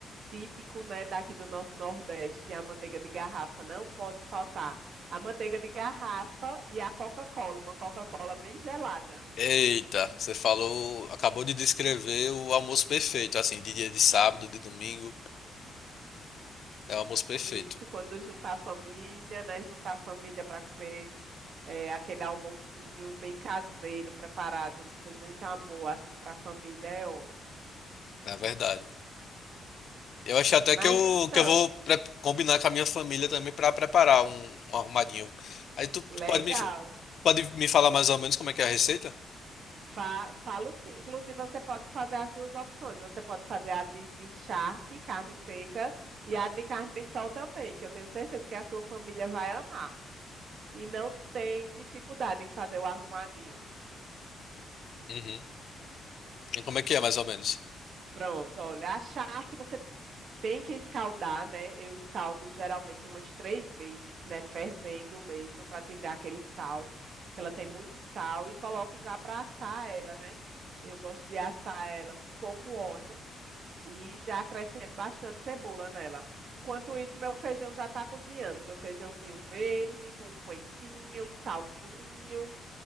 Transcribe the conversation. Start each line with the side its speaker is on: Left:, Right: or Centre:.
Right: típico, né, daqui do nosso Nordeste, a manteiga de garrafa. Não pode faltar a manteiga de garrafa e a Coca-Cola, uma Coca-Cola bem gelada.
Left: Eita, você falou, acabou de descrever o almoço perfeito, assim, de dia de sábado, de domingo. É o almoço perfeito,
Right: E Isso quando juntar a família, né, juntar a família para comer é, aquele almocinho bem caseiro, preparado com muito amor, assim, para a família é ótimo.
Left: na verdade. Eu acho até
Right: Mas
Left: que eu,
Right: então,
Left: que eu vou pre- combinar com a minha família também para preparar um, um arrumadinho. Aí tu, tu
Right: legal.
Left: pode me, pode me falar mais ou menos como é que é a receita?
Right: Fa- falo sim. Inclusive, você pode fazer as duas opções. Você pode fazer a de, de charque, carne seca, e a de carne de sol também, que eu tenho certeza que a sua família vai amar. E não tem dificuldade em fazer o arrumadinho.
Left: Uhum. E como é que é, mais
Right: Hum,
Left: ou menos?
Right: Pronto, olha. A charque você tem que escaldar, né? Eu escaldo geralmente umas três vezes, né? Fervendo mesmo, para tirar aquele sal, que ela tem muito sal, e coloco já para assar ela, né? Eu gosto de assar ela com pouco óleo E já acrescento bastante cebola nela. Enquanto isso, meu feijão já está cozinhando. Meu feijãozinho verde, com um coentinho, um salzinho.